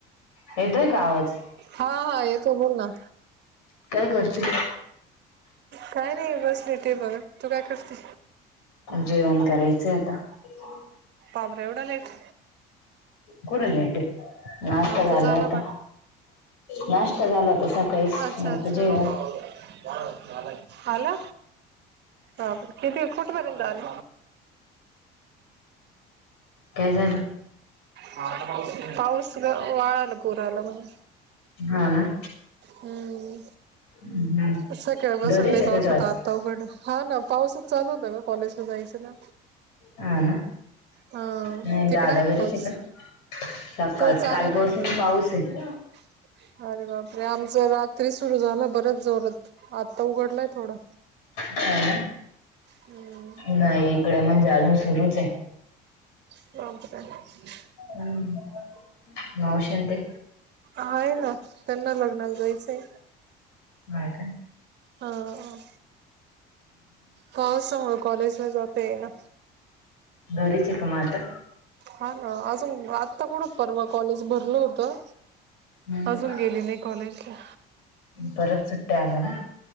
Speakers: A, on the left; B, on the right.
A: येतोय का आवाज.
B: हा हा येतो बोल ना.
A: काय करते.
B: काय नाही बसले होते बघा तू काय करते.
A: जेवण करायचं आता. हो.
B: बापरे एवढा लेट
A: कुट लेट ये नाष्टा
B: आमचा
A: झाला आता
B: पण
A: नाष्टा झाला होता सकाळीच
B: अच्छा
A: मग आता
B: अच्छा
A: जेवण.
B: <inaudible> आला आ किती कुठेपर्यंत आले.
A: काय झालं
B: ह <unintelligible> पाऊस ग वाळाला पूर आला म्हणून
A: हा ना
B: हम्म.
A: हम्म
B: सकाळपासून
A: घरीच
B: लई
A: आहे
B: पाऊस
A: का तू आज
B: होता आता उघड हा ना पाऊसच चालू होता ग कॉलेज. जायचं ना
A: हा ना
B: हा
A: नाही
B: तिकड
A: दादा
B: आहे का
A: घरीच
B: पाऊस.
A: का सकाळ
B: तो चालला
A: कालपासून
B: ये अरे
A: पाऊस आहे
B: बाबा. अरे आमच रात्री सुरू झालं बरच जोरत आत्ता उघडलाय थोडं.
A: ह ना
B: हम्म
A: नाही इकडं म्हणजे अजून सुरूच ये.
B: <unintelligible>
A: हम्म. मावशी न ते
B: आहे ना. त्यांना लग्नाला जायचं ये.
A: काय काय
B: अ हो पावसामुळे कॉलेजला जाता यायना.
A: घरीच ये का मग आता.
B: हा ना अजून आता कुठं परवा कॉलेज भरलं होतं.
A: हम्म
B: अजून गेली नाही कॉलेजला.
A: परत सुट्ट्या आल्या ना,